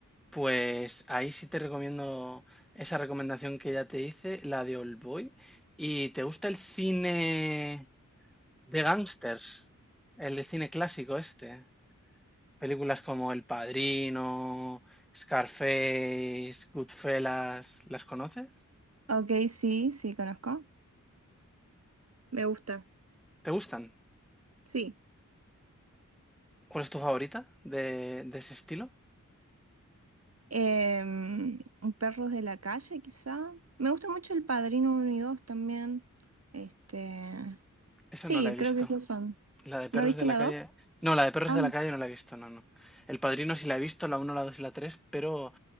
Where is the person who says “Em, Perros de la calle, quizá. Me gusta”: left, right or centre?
Right